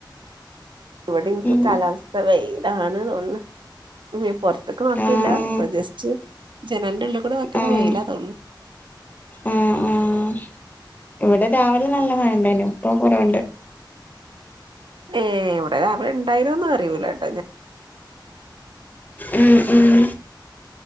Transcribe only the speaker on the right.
ഇവിടെ ഇൻക്കും
കാലാവസ്ഥ ഇ വെയിലാണ് തോന്നുണ് പുറത്തക്ക നോക്കിയില്ല
ഇടെ ജസ്റ്റ് ജനലന്റെ ഉള്ളിൽകൂടെ നോക്കുമ്പോ
വെയില തോന്നുന്നു
ഏ ഇവിടെ രാവിലെ ഉണ്ടായിരുന്നുന്ന് അറിയൂല കേട്ടോ ഞാൻ